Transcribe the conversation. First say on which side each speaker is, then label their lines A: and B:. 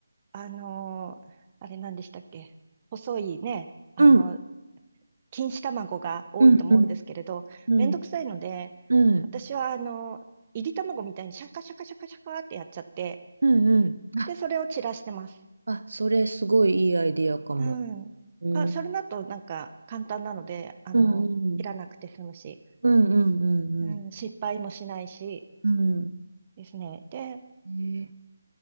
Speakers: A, on the right; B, on the right.
A: あの、あれ何でしたっけ細いね、あの、
B: うん。
A: 錦糸卵が多いと思うんですけれど、
B: うん、うん、うん、
A: めんどくさいので、
B: うん、
A: 私はあの、いり卵みたいにシャカシャカシャカシャカってやっちゃって、
B: うん。あ、
A: で、それを散らしてます。
B: あ、それすごいいいアイディアかも。
A: うん。
B: うん、
A: か、それだとなんか簡単なので、あの、
B: うん、うん、
A: 切らなくて済むし、
B: うん、うん、
A: うん、
B: うん。
A: 失敗もしないし
B: うん
A: ですね。で、
B: えー、